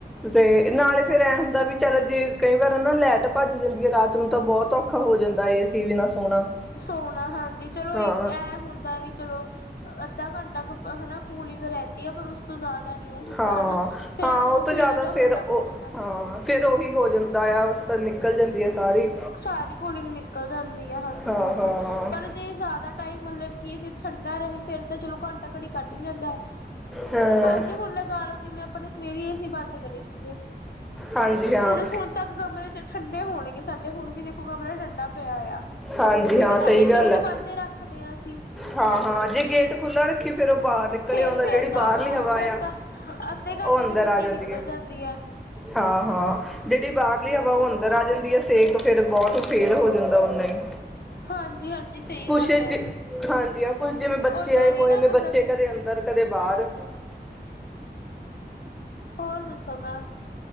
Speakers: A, in the centre; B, on the left (about 65°).
A: ਤੇ ਨਾਲੇ, ਫਿਰ ਐਂ ਹੁੰਦਾ ਵੀ ਚੱਲ ਜੇ ਕਈ ਵਾਰ ਉਹ ਨਾ ਲੈਟ ਭੱਜ ਜਾਂਦੀ ਹੈ ਰਾਤ ਨੂੰ, ਤਾਂ ਬਹੁਤ ਔਖਾ ਹੋ ਜਾਂਦਾ ਏ ਸੀ ਬਿਨਾਂ ਸੋਣਾ
B: ਸੋਣਾ ਹਾਂਜੀ, ਚਲੋ
A: ਹਾਂ
B: ਇੱਕ ਹੁੰਦਾ ਵੀ ਚਲੋ, ਅੱਧਾ ਘੰਟਾ 'ਕੁ ਹਨਾ ਕੂਲਿੰਗ ਰਹਿੰਦੀ ਆ, ਪਰ ਉਸ ਤੋਂ ਜ਼ਿਆਦਾ ਨੀ ਉਹ ਹੁੰਦਾ
A: ਹਾਂ
B: ਹਨਾ। ਫੇਰ
A: ਹਾਂ
B: ਆਪਾਂ
A: ਉਹ
B: ਨੂੰ ਫੀਲ
A: ਤੋਂ ਜ਼ਿਆਦਾ
B: ਜਾ ਹੋਣ
A: ਫਿਰ, ਉਹ
B: ਲੱਗ ਜਾਂਦਾ।
A: ਹਾਂ ਫਿਰ ਉਹੀ ਹੋ ਜਾਂਦਾ ਆ ਨਿਕਲ <unintelligible> ਹੁੰਦੀ ਹੈ ਸਾਰੀ
B: ਸਾਰੀ ਕੁਲਿੰਗ ਨਿਕਲ ਜਾਂਦੀ ਆ, ਹਾਂਜੀ
A: ਹਾਂ
B: ਹਾਂਜੀ।
A: ਹਾਂ
B: ਪਰ ਜੇ ਜ਼ਿਆਦਾ ਟਾਈਮ ਮਤਲੱਬ ਕੀ ਏਸੀਂ ਠੰਡਾ ਰਹੇ, ਫਿਰ ਤਾਂ ਚਲੋ ਘੰਟਾ ਘੜੀ ਕੱਟ ਵੀ ਜਾਂਦਾ ਹੈ।
A: ਹਾਂ।
B: ਹਾਂਜੀ ਹੁਣ ਲਗਾ ਲਓ ਜਿਵੇਂ ਆਪਣੇ ਸਵੇਰੇ ਅ ਸੀ ਬੰਦ ਕਰੇ ਸੀਗੇ,
A: ਹਾਂਜੀ ਹਾਂ
B: ਹੁਣ- ਹੁਣ ਤੱਕ ਕਮਰੇ 'ਚ ਠੰਡੇ ਹੋਣਗੇ ਸਾਡੇ, ਹੁਣ ਵੀ ਦੇਖੋ ਕਮਰਾ ਠੰਡਾ ਪਿਆ ਆ,
A: ਹਾਂਜੀ
B: ਕਿਉਂਕਿ
A: ਹਾਂ ਸਹੀ
B: ਸਾਡੇ
A: ਗੱਲ
B: ਗੇਟ
A: ਹੈ
B: ਬੰਦ ਰੱਖ ਰੱਖਦੇ ਹਾਂ ਅਸੀਂ
A: ਹਾਂ ਹਾਂ, ਜੇ ਗੇਟ ਖੁੱਲ੍ਹਾ ਰੱਖੀ, ਫੇਰ ਉਹ ਬਾਹਰ ਨਿਕਲ ਨੱਕਲੀ
B: ਫੇਰ
A: ਆਉਂਦਾ,
B: ਫੇਰ
A: ਜਿਹੜੀ
B: ਤਾਂ
A: ਬਾਹਰਲੀ
B: ਹਾਂ
A: ਹਵਾ
B: ਫੇਰ
A: ਆ,
B: ਤਾਂ ਅੱਧੇ ਘੰਟੇ
A: ਉਹ ਅੰਦਰ
B: ਦੇ ਵਿੱਚ
A: ਆ ਜਾਂਦੀ
B: ਹੀ ਨਿਕਲ
A: ਹੈ।
B: ਹੈ
A: ਹਾਂ ਹਾਂ, ਜਿਹੜੀ ਬਾਹਰਲੀ ਹਵਾ ਉਹ ਅੰਦਰ ਆ ਜਾਂਦੀ ਹੈ, ਸੇਕ ਫੇਰ ਬਹੁਤ ਫੇਰ ਹੋ ਜਾਂਦਾ ਓਨਾ ਹੀ
B: ਹਾਂਜੀ ਹਾਂਜੀ ਸਹੀ
A: ਕੁਛ
B: ਗੱਲ
A: ਜ
B: ਹੈ
A: ਹਾਂਜੀ ਹਾਂ ਕੁਝ ਜਿਵੇਂ ਬੱਚੇ
B: ਓਦਾਂ
A: ਆਏ
B: ਵੀ
A: ਹੋਏ
B: ਨਾ
A: ਨੇ
B: ਮਤਲਬ
A: ਬੱਚੇ
B: ਕਿ
A: ਕਦੇ ਅੰਦਰ ਕਦੇ ਬਾਰ।
B: ਹੋਰ ਦਸੋ ਮੈਮ।